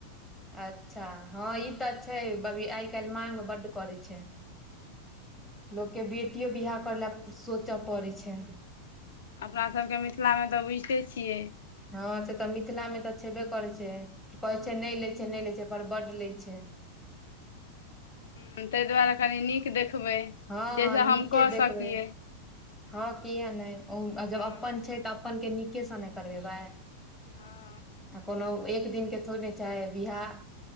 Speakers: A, in the centre; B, on the left.
A: अच्छा हँ ई तऽ छै अभी आइ काल्हि मांग बड्ड करै छै लोकके बेटियो बियाह करय लए सोचे पड़ै छै
B: अपना सबके मिथिलामे तऽ बुझिते छियै
A: हँ से तऽ मिथिलामे तऽ छेबे करै छै कहैत छै नहि लैत छै नहि लैत छै पर बड्ड लैत छै
B: ह ते दुआरे कनी नीक देखबै
A: हँ
B: जाहिसँ
A: हँ नीके
B: हम कऽ
A: देखबै
B: सकियै
A: हँ किए नहि ओ
B: हँ
A: जब अपन छै तऽ अपने नीके सँ नहि करबेबै
B: हँ
A: आ कोनो एक दिन के थोड़े चाहे विियाह